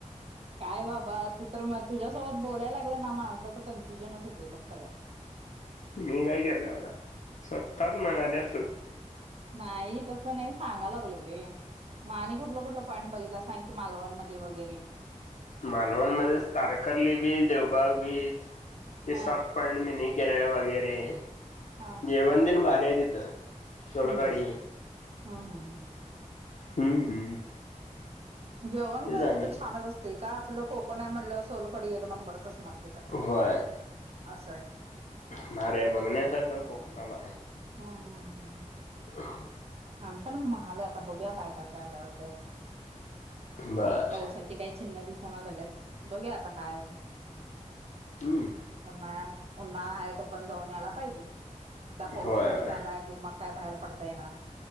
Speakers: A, on the right; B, on the left.
A: काय बाबा तू तर म तुझ्यासोबत बोलायला लागलं ना माणस कन्फ्युजनच होते बघ सगं
B: मी काय केलं आता स्वतःच म्हणाली असतच
A: नाही तस नाही सांगाला लागले रे म आणि कुठलं कुठलं पॉईंट बघितला सांग कि मालवण मध्ये वगैरे
B: मालवणमध्येध्येच तारकर्ली बीच देवबाग बीच ते
A: हा
B: सात पॉइंट मी नाही र वगैरे
A: हा
B: जेवण देण भारी आहे तिथं सोलकढी
A: हा हा हा हा
B: हम्म
A: जेवण
B: तेच
A: काय
B: आणि
A: तिथं छानच असते का आपलं कोकण आहे म्हणलं सोलकडी एक नंबरच असणार तिथं
B: होय
A: असशय
B: मार्या बघण्या सर का कोकणाला
A: हा हा ह हा
B: रा
A: आम् पण मग म्हणाले आता बघू काय काय काय काय होते
B: बर
A: पावसाची त्या चिन्ह दिसाना झाल्यात बघया आता काय
B: हम्
A: उन्मा उन्मा आहे तो पण जाऊन आला पाहिजे एकदा पाऊस
B: होय
A: सुरु
B: होय
A: झालाय कि मग काय बाहेर पडता येणार